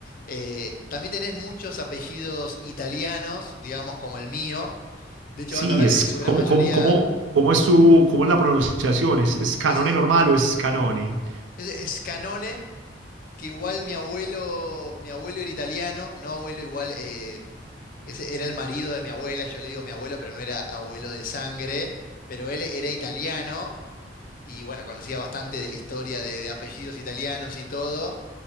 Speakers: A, on the left (about 45°); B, on the right (about 80°).
A: Eh, también tenés muchos apellidos italianos, digamos, como el mío. De hecho,
B: Sí,
A: vas a ver,
B: es
A: en su
B: como,
A: gran mayoría,
B: como, como, cómo es tu, cómo es la pronunciación, ¿es, es Canone
A: ese,
B: normal o es Canone?
A: ese es Canone. que igual mi abuelo, mi abuelo era italiano, no abuelo igual, eh, ese era el marido de mi abuela, yo le digo mi abuelo, pero no era abuelo de sangre, pero él era italiano y bueno, conocía bastante de la historia de, de apellidos italianos y todo,